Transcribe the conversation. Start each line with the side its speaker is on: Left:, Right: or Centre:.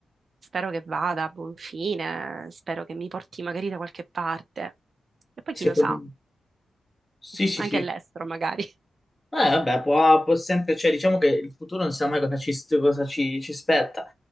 Right: Spero che vada a buon fine, spero che mi porti magari da qualche parte. E poi
Left: Secondo...
Right: chi lo sa,
Left: Sì, sì,
Right: anche
Left: sì.
Right: all'estero
Left: Eh,
Right: magari.
Left: vabbè, può, può sempre, cioè, diciamo che il futuro non sa mai cosa ci, cosa ci ci aspetta.